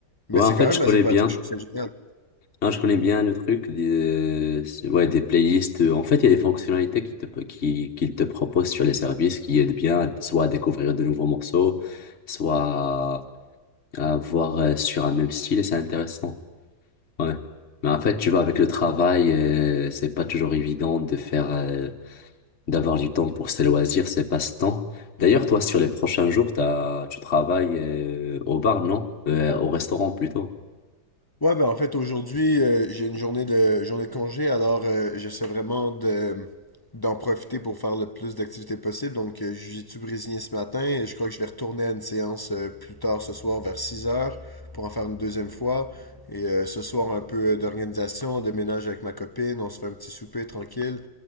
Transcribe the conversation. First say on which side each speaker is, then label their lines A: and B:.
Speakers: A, on the left (about 20°); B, on the left (about 45°).
A: mais
B: Ouais,
A: c'est
B: en fait,
A: quand même
B: je connais
A: assez pratique,
B: bien.
A: je trouve ça génial.
B: Non, je connais bien le truc des, euh, ouais, des playlists. En fait, il y a des fonctionnalités qui te, qui, qu'ils te proposent sur les services qui aident bien, soit à découvrir de nouveaux morceaux, soit à voir euh, sur un même style et c'est intéressant. Ouais. Mais en fait, tu vois, avec le travail, euh, c'est pas toujours évident de faire, euh, d'avoir du temps pour ses loisirs, ses passe-temps. D'ailleurs, toi, sur les prochains jours, t'as, tu travailles, euh, au bar, non? Euh, au restaurant plutôt.
A: Ouais, ben en fait, aujourd'hui, euh, j'ai une journée de, journée de congé, alors euh, j'essaie vraiment de, d'en profiter pour faire le plus d'activités possible. Donc, euh, jiu-jitsu brésilien ce matin et je crois que je vais retourner à une séance euh, plus tard ce soir vers 6 heures pour en faire une deuxième fois. Et euh, ce soir, un peu euh, d'organisation, de ménage avec ma copine, on se fait un petit souper tranquille.